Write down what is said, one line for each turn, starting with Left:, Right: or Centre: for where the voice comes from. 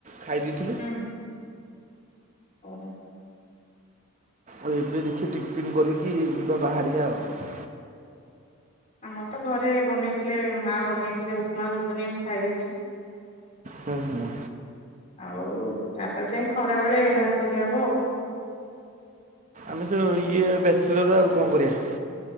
Right: ଖାଇ ଦେଇଥିଲି।
Left: ହୁଁ ଓହୋ
Right: ଆଉ ଏବେ ଦେଖି ଟିପିନ୍ କରିକି ଯିବା ବାହାରିବା ଆଉ।
Left: ଆମର ତ ଘରେ ବନେଇଥିଲେ ମା ବନେଇଥିଲେ ଉପମା ଗୁଗୁନି ମୁ ଖାଇ ଦେଇଛି।
Right: ଭୁଁ ହୁଁ।
Left: ଆଉ ତାପରେଖରା ବେଳେ ଭାତ ଖିଆ ହବ ଆଉ।
Right: ଆମେ ତ ଇଏ ବ୍ୟାବ ଲର କଣ କରିବା।